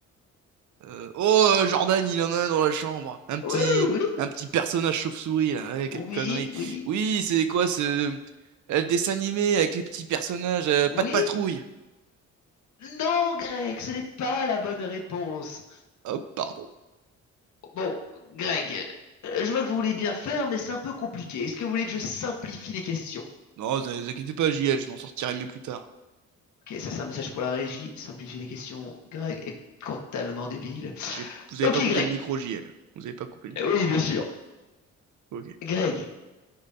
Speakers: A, on the right; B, on the left.
A: Euh, oh, euh, Jordan, il en a un dans la chambre. Un petit,
B: Oui, oui,
A: un petit personnage chauve-souris, là. Ouais,
B: oui,
A: quelle connerie.
B: oui,
A: Oui, c'est quoi ce... euh, Le dessin animé avec les petits personnages. euh, pas
B: oui.
A: de patrouille.
B: Non, Greg, ce n'est pas la bonne réponse.
A: Oh, pardon.
B: Bon, Greg, euh, je vois que vous voulez bien faire, mais c'est un peu compliqué. Est-ce que vous voulez que je simplifie les questions?
A: Non, ne vous inquiétez pas, JL, je m'en sortirai mieux plus tard.
B: Ok, ça c'est un message pour la régie. Simplifier les questions. Greg est totalement débile.
A: J'ai... Vous avez
B: Ok,
A: pas coupé
B: Greg.
A: le micro, JL. Vous avez pas coupé le micro.
B: Euh, Oui, bien sûr.
A: Ok.
B: Greg,